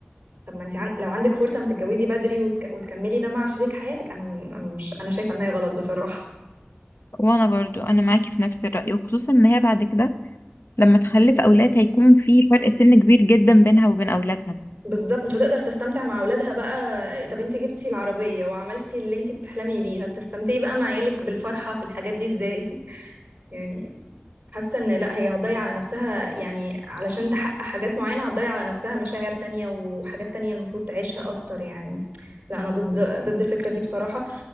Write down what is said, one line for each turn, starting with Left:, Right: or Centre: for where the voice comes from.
Right: طب ما انت عن... لو عندك فرصة ما تتجوزي بدري وتك... وتكملي ده مع شريك حياتك انا م- أنا مش انا شايفة ان هي غلط بصراحة
Left: وانا برضو انا معاكي في نفس الرأي وخصوصا ان هي بعد كده لما تخلف اولاد هيكون في فرق سن كبير جدا بينها وبين اولادها
Right: بالظبط مش هتقدر تستمتع مع اولادها بقى طب انت جبتي العربية وعملتي اللي انت بتحلمي بيه هتستمتعي بقى مع عيالك بالفرحة في الحاجات دي ازاي <laughs> يعني حاسة ان لا هي هتضيع على نفسها يعني علشان تحقق حاجات معينة هتضيع على نفسها مشاعر تانية وحاجات تانية المفروض تعيشها اكتر يعني لا انا ضد ضد الفكرة دي بصراحة